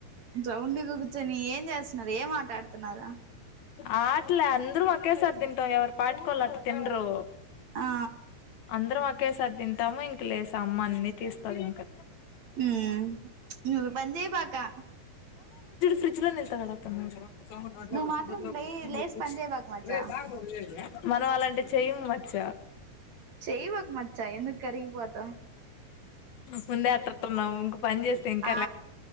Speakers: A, on the right (about 50°); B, on the left (about 70°).
A: సౌండ్ చోని ఏం చేస్తున్నారు ఏం ఆట అడుతున్నారు
B: ఆట్లే అందరుూ ఒకక్కేసారి తింటాం ఎవరీ పార్టీకి వాళ్ళు అట్ల తినరు
A: ఆ
B: అందరం ఒకే సారి తింటాము ఇంక లేసి అమ్మ అన్ని తీస్తంది ఇంకా
A: ఉ నువ్ బంజె బాకా
B: ఫ్రిజ్ లో నిెతాడు అతతు సంగ నజకు
A: నువ్వు మాత్రం
B: సుందర
A: లే లేసి పని
B: స
A: చేయబాకు మచ్చా
B: రే బా మనం అలాంటి చెయ్యం మచ్చ
A: చైవాక్ మచ్చా ఎందుకు కరిగిపోతావ్
B: ముందే అత్రత్రునవ్ ఇంక్ పన్ జేస్తే ఇంకా
A: ఆ